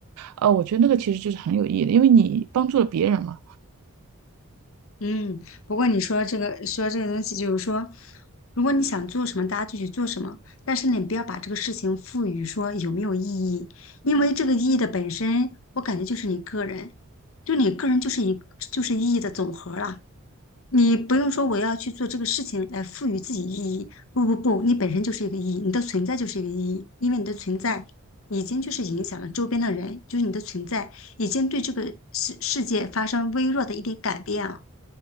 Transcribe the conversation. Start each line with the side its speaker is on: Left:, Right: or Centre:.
Right: 呃，我觉得那个其实就是很有意义的，因为你帮助了别人嘛。
Left: 嗯，不过你说这个说这个东西，就是说，如果你想做什么，大家就去做什么，但是你不要把这个事情赋予说有没有意义，因为这个意义的本身，我感觉就是你个人，就你个人就是一就是意义的总和了。你不用说我要去做这个事情来赋予自己意义，不不不，你本身就是一个意义，你的存在就是一个意义，因为你的存在已经就是影响了周边的人，就是你的存在已经对这个世世界发生微弱的一点改变了。